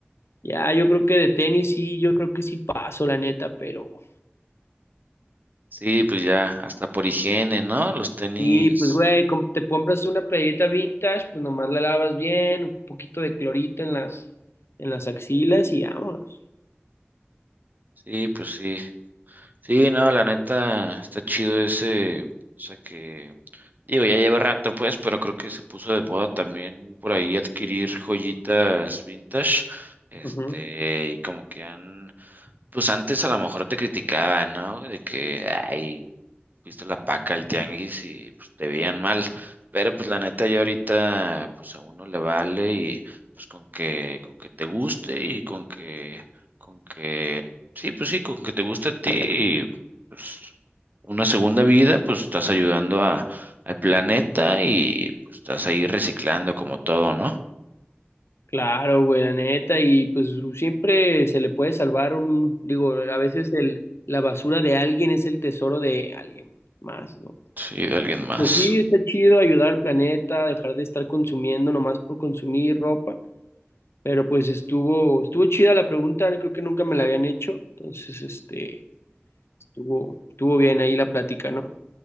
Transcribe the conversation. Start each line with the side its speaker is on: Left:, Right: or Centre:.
Left: Ya, yo creo que de tenis sí, yo creo que sí paso, la neta, pero
Right: Sí, pues ya, hasta por higiene, ¿no? Los tenis.
Left: Y pues, güey, com- te compras una playerita vintage, pues nomás la lavas bien, un poquito de clorito en las, en las axilas y vámonos.
Right: Sí, pues sí. Sí, no, la neta, está chido ese. O sea que, digo, ya lleva rato, pues, pero creo que se puso de moda también por ahí adquirir joyitas vintage. Este,
Left: Ujú.
Right: y como que han, pues antes a lo mejor te criticaban, ¿no? De que, ay, viste la paca el tianguis y pues te veían mal. Pero pues la neta ya ahorita pues a uno le vale y pues con que con que te guste y con que con que sí, pues sí, con que te guste a ti y pues una segunda vida, pues estás ayudando a al planeta y pues estás ahí reciclando como todo, ¿no?
Left: Claro, güey, la neta, y pues siempre se le puede salvar un, digo, a veces el, la basura de alguien es el tesoro de alguien más, ¿no?
Right: Sí, de alguien más.
Left: Pues sí, está chido ayudar al planeta, dejar de estar consumiendo nomás por consumir ropa, pero pues estuvo, estuvo chida la pregunta, creo que nunca me la habían hecho, entonces, este... Estuvo, estuvo bien ahí la plática, ¿no?